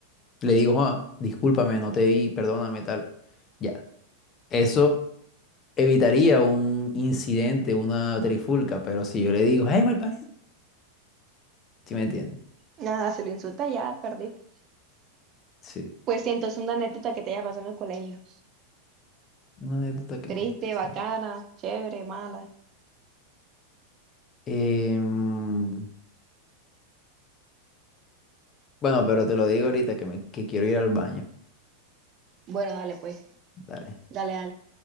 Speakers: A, on the left; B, on the right.
A: Le digo, Juan discúlpame, no te vi, perdóname, tal. Ya. Eso evitaría un incidente, una trifulca, pero si yo le digo, hey, malparido, ¿sí me entiendes?
B: Nada, se lo insulta ya, perdiste.
A: Sí.
B: Pues sí, entonces una anécdota que te haya pasado en el colegio.
A: Una anécdota que
B: Triste,
A: me... haya pasado.
B: bacana, chévere, mala.
A: Em, bueno, pero te lo digo ahorita que, me, que quiero ir al baño.
B: Bueno, dale pues.
A: Dale.
B: Dale, dale.